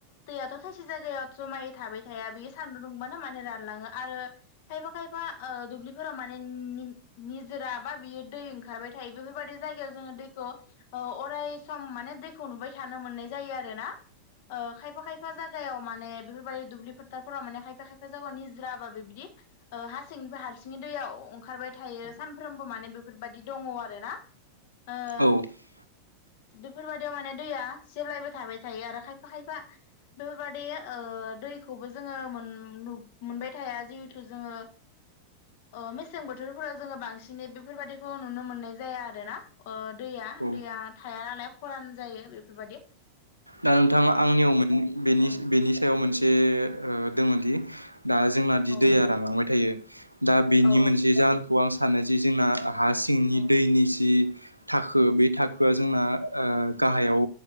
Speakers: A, on the left; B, on the right.
A: दैयाथ' थाइसे जायगायाव जमायै थाबाय थाया बेयो सान्दुं दुंबानो मानो रानलाङो आरो खायफा खायफा ओ दुब्लिफोराव माने नि निजोरा बा बियो दै दै ओंखारबाय थायो बेफोरबायदि जायगायाव जोङो दैखौ ओ अराय सम माने दैखौ नुबाय थानो मोननाय जा जायो आरो ना ओ खायफा खायफा जायागायाव माने बेफोरबायदि दुब्लि फोथारफोराव माने खायफा खायफा जायगायाव निजोरा बा बेबदि ओ हासिंनिफ्राय हारसिंयै दैयाव अंखारबाय थायो सानफ्रोमबो माने बेफोरबायदि दङ आरो ना ओम
B: औ
A: बेफोरबायदियाव माने दैया जेब्लायबो थाबाय थायो आरो खायफा खायफा बेफोरबायदि ओ दैखौबो जोङो मोन मोनबाय थाया जिहेथु जोङो ओ मेसें बोथोरफोराव जोङो बांसिनै बेफोरबायदिखौ नुनो मोननाय जाया आरोना ओ दैया आं
B: औ
A: दैया थाया नालाय खरान जायो बेफोरबायदि।
B: दा नोंथाङा आंनियाव मोनि बेनिस
A: औ
B: बेनि सायाव मोनसे ओ दोंमोनदि दा जोंना
A: औ
B: दि दैया रानखांबाय थायो दा बेनि
A: औ
B: मोनसे जाहोनखौ आं सानो जि जोंना हा सिंनि
A: औ
B: दैनि जि थाखो बे थाखोआ जोंना ओ गाहायाव